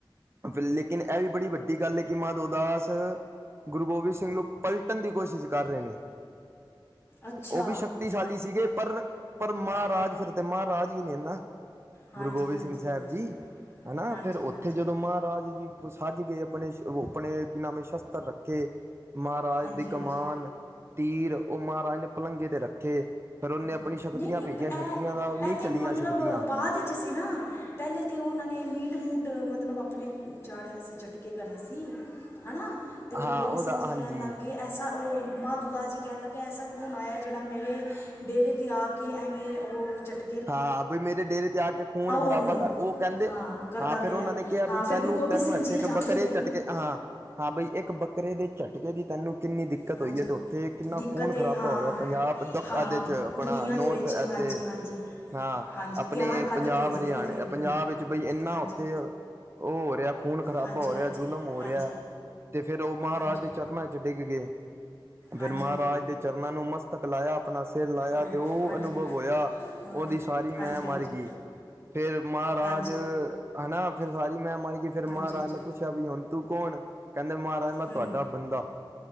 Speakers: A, on the right; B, on the left.
A: ਫਿਰ ਲੇਕਿਨ ਇਹ ਵੀ ਬੜੀ ਵੱਡੀ ਗੱਲ ਹੈ ਕਿ ਮਾਦੋ ਦਾਸ ਗੁਰੂ ਗੋਬਿੰਦ ਸਿੰਘ ਨੂੰ ਪਲਟਣ ਦੀ ਕੋਸ਼ਿਸ਼ ਕਰ ਰਹੇ ਨੇ
B: ਅੱਛਾ
A: ਉਹ ਵੀ ਸ਼ਕਤੀਸ਼ਾਲੀ ਸੀਗੇ ਪਰ, ਪਰ ਮਹਾਰਾਜ
B: ਹਾਂ
A: ਫਿਰ 'ਤੇ ਮਹਾਰਾਜ ਹੀ ਨੇ ਨਾ।
B: ਹਾਂਜੀ
A: ਗੁਰੂ ਗੋਬਿੰਦ
B: ਹਾਂਜੀ
A: ਸਿੰਘ ਸਾਹਿਬ
B: ਹਾਂਜੀ
A: ਜੀ, ਹਨਾ
B: ਹਾਂਜੀ
A: ਫਿਰ ਉੱਥੇ
B: ਹਾਂਜੀ
A: ਜਦੋਂ ਮਹਾਰਾਜ ਜੀ ਸੱਜ ਗਏ ਆਪਣੇ-ਵੋ ਆਪਣੇ ਨਵੇਂ ਸ਼ਸਤਰ ਰੱਖੇ ਕੇ ਮਹਾਰਾਜ
B: ਹਾਂਜੀ
A: ਦੀ ਕਮਾਨ
B: ਹਾਂਜੀ
A: ਤੀਰ ਉਹ ਮਹਾਰਾਜ ਨੇ ਪਲੰਗੇ 'ਤੇ ਰੱਖੇ। ਫਿਰ ਉਹਨੇ
B: ਹੂੰ,
A: ਆਪਣੀ ਸ਼ਕਤੀਆਂ
B: ਨਈ-ਨਈ,
A: ਭੇਜੀਆਂ ਸ਼ਕਤੀਆਂ ਦਾ ਨਹੀਂ
B: ਐਹ
A: ਚੱਲੀਆਂ
B: ਤਾਂ ਮਤਲਬ
A: ਸ਼ਕਤੀਆਂ
B: ਬਾਅਦ ਵਿੱਚ ਸੀ ਨਾ ਪਹਿਲੇ ਤਾਂ ਉਹ ਉਹਨਾਂ ਨੇ ਮੀਟ-ਮੂਟ ਮਤਲਬ ਆਪਣੇ ਚਾੜਿਆ ਸੀ ਝਟਕੇ ਕਰੇ ਸੀ। ਹਨਾ, ਤੇ ਗੁਰੂ
A: ਹਾਂ
B: ਗੋਬਿੰਦ
A: ਉਹਦਾ
B: ਸਿੰਘ ਜੀ
A: ਹਾਂਜੀ
B: ਕਹਿਣ ਲੱਗ ਗਏ ਐਸਾ ਉਹ, ਮਾਧੂ ਦਾਸ ਕਹਿਣ ਲੱਗਗੇ ਐਸਾ ਕੋਣ ਆਇਆ ਜਿਹੜਾ ਮੇਰੇ ਡੇਰੇ 'ਤੇ ਆ ਕੇ ਐਵੇਂ ਉਹ ਝਟਕ
A: ਹਾਂ, ਬਈ ਮੇਰੇ ਡੇਰੇ ਤੇ ਆ ਕੇ ਖੂਨ ਖ਼ਰਾਬਾ
B: ਉਹਨੂੰ
A: ਕਰ, ਉਹ ਕਹਿੰਦੇ
B: ਕਰਦਾ
A: ਹਾਂ
B: ਪਿਆ
A: ਫਿਰ ਉਹਨਾਂ ਨੇ ਕਿਹਾ ਬਈ, ਹਾਂ ਵੀ
B: ਫਿਰ
A: ਤੈਨੂੰ-ਤੈਨੂੰ
B: ਗੁਰੂ ਗੋਬਿੰਦ ਸਿੰਘ
A: ਇੱਥੇ
B: ਜੀ ਜਾਂਦੇ
A: ਬੱਕਰੇ
B: ਨੇ
A: ਝੱਟਕੇ ਹਾਂ- ਹਾਂ, ਬਈ ਇੱਕ ਬੱਕਰੇ ਦੇ ਝਟਕੇ ਦੀ ਤੈਨੂੰ ਕਿੰਨੀ ਦਿੱਕ ਦਿੱਕਤ
B: ਹਾਂਜੀ
A: ਹੋਈ ਏ, ਤੇ ਉੱਥੇ ਕਿੰਨਾ
B: ਦਿੱਕਤ
A: ਖੂਨ-
B: ਇਹ
A: ਖਰਾਬਾ
B: ਹਾਂ
A: ਹੋ ਰਿਹਾ ਪੰਜਾਬ' ਚ'ਏਦੇ
B: ਹਾਂ
A: 'ਚ' ਆਪਣਾ
B: ਦੁਨੀਆ ਦੇ
A: ਨੌਰਥ
B: ਵਿੱਚ
A: ਐਦੇ
B: ਹਾਂਜੀ ਹਾਂਜੀ
A: ਹਾਂ
B: ਹਾਂਜੀ
A: ਆਪਣੇ
B: ਤਿਆਰ ਕਰਕੇ
A: ਪੰਜਾਬ,
B: ਭੇਜਦੇ
A: ਹਰਿਆਣੇ,
B: ਨੇ ਫਿਰ
A: ਪੰਜਾਬ
B: ਹੂੰ
A: ਵਿੱਚ ਬਈ ਇਨ੍ਹਾਂ
B: ਹਾਂਜੀ
A: ਉੱਥੇ ਓ ਉਹ ਹੋ ਰਿਹਾ ਖੂਨ ਖਰਾਬਾ
B: ਹਾਂਜੀ
A: ਹੋ ਰਿਹਾ
B: ਹਾਂਜੀ
A: ਜ਼ੁਲਮ ਹੋ
B: ਹਾਂਜੀ
A: ਰਿਹਾ। ਤੇ ਫਿਰ ਉਹ ਮਹਾਰਾਜ
B: ਹਾਂਜੀ
A: ਦੇ ਚਰਨਾਂ'ਚ 'ਡਿੱਗ ਗੇ। ਫਿਰ
B: ਹਾਂਜੀ
A: ਮਹਾਰਾਜ ਦੇ ਚਰਨਾਂ ਨੂੰ ਮਸਤਕ ਲਾਇਆ ਆਪਣਾ ਸਿਰ ਲਾਇਆ
B: ਹਾਂ
A: ਤੇ ਉਹ
B: ਹਾਂਜੀ
A: ਅਨੁਭਵ ਹੋਇਆ
B: ਹਾਂ
A: ਉਹਦੀ ਸਾਰੀ ਮੈਂ
B: ਹਾਂਜੀ
A: ਮਰ
B: ਹਾਂਜੀ
A: ਗਈ, ਫੇਰ ਮਹਾਰਾਜ
B: ਹਾਂਜੀ
A: ਹਨਾ। ਫਿਰ ਸਾਰੀ ਮੈਂ ਮਰਗੀ ਫਿਰ ਮਹਾਰਾਜ
B: ਹਾਂਜੀ ਹਾਂਜੀ
A: ਨੇ ਪੁੱਛਿਆ ਵੀ ਹੁਣ ਤੂੰ ਕੌਣ ਏ, ਕਹਿੰਦੇ ਮਹਾਰਾਜ ਮੈਂ ਤੁਹਾਡਾ
B: ਹੂੰ
A: ਬੰਦਾ।